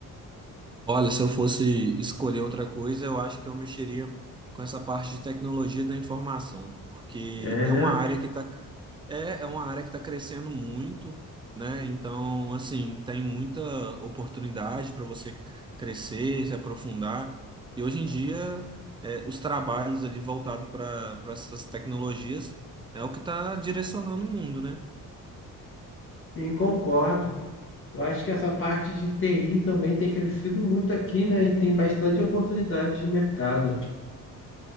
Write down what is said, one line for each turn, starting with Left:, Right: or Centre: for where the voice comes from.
Right: Olha, se eu fosse escolher outra coisa, eu acho que eu mexeria com essa parte de tecnologia da informação, porque
Left: É, né?
Right: é uma área que tá, é, é uma área que está crescendo muito, né? Então, assim, tem muita oportunidade para você crescer, se aprofundar. E hoje em dia, é, os trabalhos ali voltados para para essas tecnologias é o que está direcionando o mundo, né?
Left: Sim, concordo. Eu acho que essa parte de TI também tem crescido muito aqui, né? E tem bastante oportunidade de mercado.